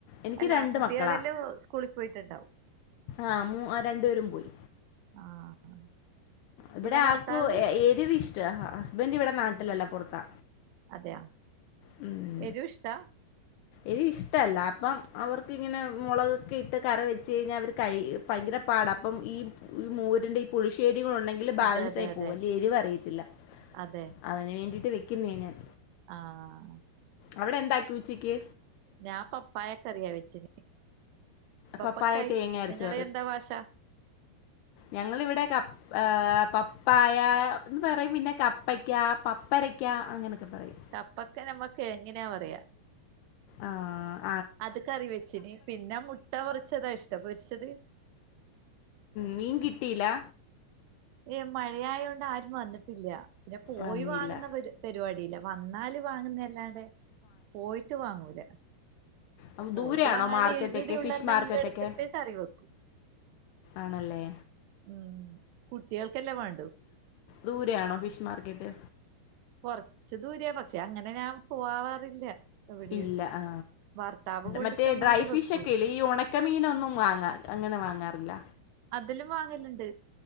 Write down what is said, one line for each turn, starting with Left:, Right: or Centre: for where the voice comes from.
Left: എനിക്ക്
Right: അല്ല
Left: രണ്ട്
Right: കുട്ടികളെല്ലാം
Left: മക്കളാ
Right: സ്കൂളിൽ പോയിട്ടുണ്ടാവും
Left: ആഹ് മ രണ്ടു പേരും പോയി
Right: ആഹ്
Left: ഇവിടെ
Right: പിന്നെ ഭർത്താവ്
Left: ആൾക്ക് ഏരിവ് ഇഷ്ടം ഹസ്ബൻഡ് ഇവിടെ നാട്ടിലല്ല പുറത്താ
Right: അതെയ
Left: ഉം
Right: എരുഷ്ട്ട
Left: ഇ ഇഷ്ടമല്ല അപ്പം അവർക്ക്ങ്ങനെ മുളകൊക്കെ ഇട്ട് കറി വെച്ച് കഴിഞ്ഞാൽ അവർ കഴി ഭയങ്കര പാട അപ്പം ഈ ഈ മൂരിൻ്റെ ഈ പുളിശ്ശേരികൾ ഉണ്ടെങ്കിൽ ബാലൻസ്
Right: അതെ അതെ
Left: ആയി
Right: അതെ
Left: പോക അല്ല എരിവ്റിയല്ല
Right: അതെ
Left: അതിന് വേണ്ടിട്ട് വെക്കുന്നേ ഞാൻ
Right: ആഹ്
Left: അവിടെ എന്താക്കി ഉച്ചയ്ക്ക്
Right: ഞാൻ പപ്പായ കറിയാ വെച്ചന് പപ്പക്കായി
Left: പപ്പായ തേങ്ങ അരച്ച്
Right: നിങ്ങള് എന്താ ഭാശ
Left: ഞങ്ങൾ ഇവിടെക്ക പപ്പായ എന്ന് പറയും പിന്നെ കപ്പയ്ക്ക പപ്പരയ്ക്ക അങ്ങനെയൊക്കെ പറയും
Right: കപ്പക്ക നമ്മൾ കിയങ്ങിനാ പറയാ
Left: ആഹ്
Right: അത് കറി വെച്ചന് പിന്നെ മുട്ട വറച്ചതാ ഇഷ്ടപൊരിച്ചത്
Left: മീൻ കിട്ടീലേ
Right: ഏ മഴയായ കൊണ്ട് ആരും വന്നിട്ടില്ല പിന്നെ പോയി
Left: വന്നില്ല
Right: വാങ്ങുന്ന പ പരിപാടി ഇല്ല വന്നാല് വാങ്ങുന്ന അല്ലാണ്ട് പോയിട്ട് വാങ്ങൂല
Left: അ ദൂരെയാണോ
Right: പോയിട്ട് വാങ്ങാണ്ട്
Left: മാർക്കറ്റ്
Right: ഇവിടെയുള്ള
Left: ഒക്കെ ഫിഷ്
Right: എന്തെങ്കിലും
Left: മാർക്കറ്റ്
Right: എടുത്തിട്ട്
Left: ഒക്കെ
Right: കറി വെക്കും
Left: ആണല്ലേ
Right: ഉം കുട്ടികൾക്കല്ലാം വാണ്ടു
Left: ദൂരെ ആണോ ഫിഷ് മാർക്കറ്റ്
Right: കൊറച്ച് ദൂര പക്ഷെ അങ്ങനെ ഞാൻ പോവാവാറില്ല എവിടെയും
Left: ഇല്ല ആ
Right: ഭർത്താവ് കൊണ്ട്
Left: മറ്റേ
Right: തന്നാല്
Left: ഡ്രൈ
Right: വെക്കൂ
Left: ഫിഷൊക്കെ ഇല്ലേ ഈ ഉണക്കമീനൊന്നും വാങ്ങാ അങ്ങനെ വാങ്ങാറില്ല
Right: അതിലും വാങ്ങലണ്ട്